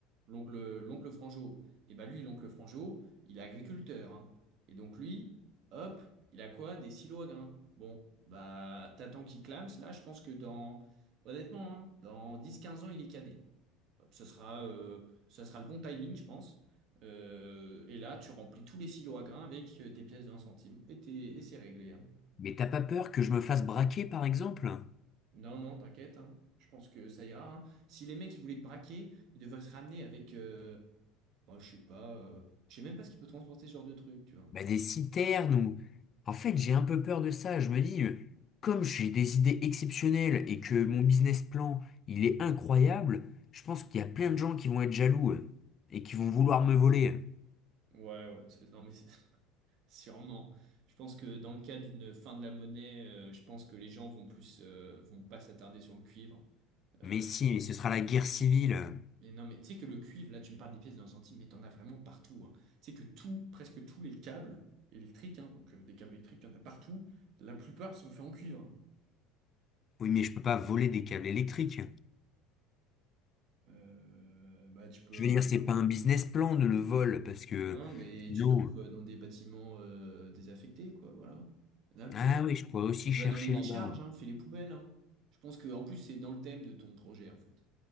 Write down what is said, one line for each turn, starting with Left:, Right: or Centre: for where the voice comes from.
Right: L'oncle, l'oncle Franjo. Et ben lui, l'oncle Franjo, il est agriculteur. hein. Et donc lui, hop, il a quoi? Des silos à grains. Bon, bah t'attends qu'il clame, là, je pense que dans, honnêtement, hein, dans dix quinze ans, il est cané. Hop, ce sera, euh, ce sera le bon timing, je pense. Euh, et là, tu remplis tous les silos à grains avec euh, tes pièces de un centime et, t'es- et c'est réglé. hein.
Left: Mais t'as pas peur que je me fasse braquer, par exemple?
Right: Non, non, t'inquiète, hein. Je pense que ça ira. hein. Si les mecs ils voulaient te braquer, ils devraient se ramener avec, euh, bah, je sais pas, euh, je sais même pas ce qu'ils peut transporter ce genre de truc, tu vois.
Left: bah, des citernes ou... En fait, j'ai un peu peur de ça. Je me dis, euh, comme j'ai des idées exceptionnelles et que mon business plan, il est incroyable, je pense qu'il y a plein de gens qui vont être jaloux euh, et qui vont vouloir me voler.
Right: Ouais, ouais, c'est- non mais c'est- <laughs> sûrement. Je pense que dans le cas d'une fin de la monnaie, euh, je pense que les gens vont plus, euh, vont pas s'attarder sur le cuivre. Euh,
Left: Mais si, mais ce sera la guerre civile.
Right: mais non, mais tu sais que le cuivre, là, tu me parles des pièces d'un centime, mais t'en as vraiment partout. hein. Tu sais que tout, presque tous les câbles électriques, hein, donc euh, des câbles électriques, il y en a partout. La plupart sont faits en cuivre. hein.
Left: Oui, mais je peux pas voler des câbles électriques.
Right: Euh, bah, tu peux
Left: Je veux dire, c'est pas un business plan de le vol parce que
Right: Non, mais
Left: sinon...
Right: tu trouves euh, dans des bâtiments euh, désaffectés, quoi, voilà. Il y en a plein.
Left: Ah oui, je pourrais aussi
Right: Tu
Left: chercher
Right: vas dans les décharges,
Left: là-bas.
Right: hein, fais les poubelles, hein. Je pense que en plus c'est dans le thème de ton projet, en fait.